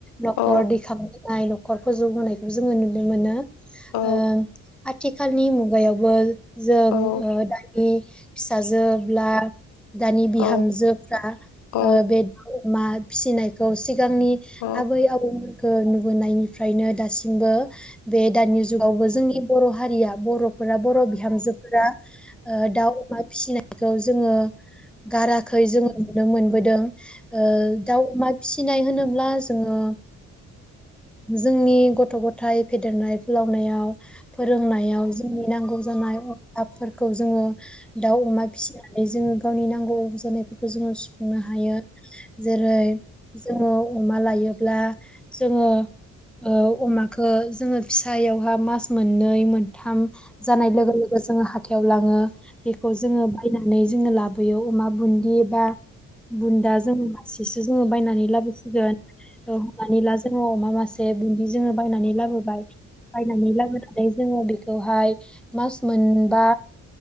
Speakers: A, in the centre; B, on the left.
A: न'खर
B: औ
A: दैखांबोनाय न खर फोजौबोनाय जोङो नुनो मोनो ओ
B: औ
A: आं थिखालनि मुगायावबो जों
B: औ
A: ओ दानि फिसाजोब्ला दानि बिहामजोफ्रा
B: औ औ
A: ओ बे दउ अमा फिसिनायखौ सि सिगांनि
B: औ औ
A: आबै आबौमोनखौ न होनाय ओमफ्रायनो दासिमबो बे दानि जुगावबो जोंनि बर' हारिया बर'फोरा बर' बिहामजोफोरा दाउ अमा फिसिनाय बेखौ जोङो गाराखै जोङो नुनो मोनबोदों दाउ अमा फिसिनाय होनोब्ला जोङो जोंनि गथ' गथायाइ फेदेरनाय फोलावनायाव फोरोंनायाव नि नांगौ जानाय हपफोरखौ जोङो दाउ अमा फिसिनानै जोङो गावनि नांगौ जानायफोरखौ जोङो सुफुंनो हायो जेरै जोङो अमा लायोब्ला जोङो ओ अमाखौ जोङो फिसायावहा मास मोननै मोनथाम जानाय लोगो लोगो जोङो हाथायाव लाङो बेखौ जोङो बायनानै जोङो लाबोयो अमा बुन्दि बा बुन्दा जोङो मासेसो जोङो बायनानै लाबोसिगोन हमनानै ला जोङो अमा मासे बुन्दि जोङो बायनानै लाबोबाय बायनानै लाबोनानै जोङो बेखौहाय मास मोनबा